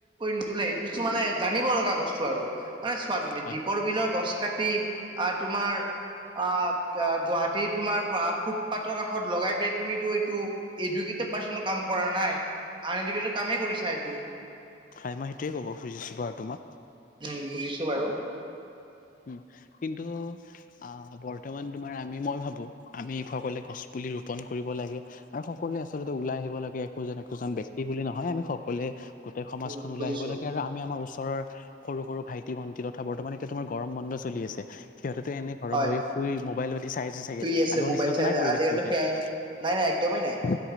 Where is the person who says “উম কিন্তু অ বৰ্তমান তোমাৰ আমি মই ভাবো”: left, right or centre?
Left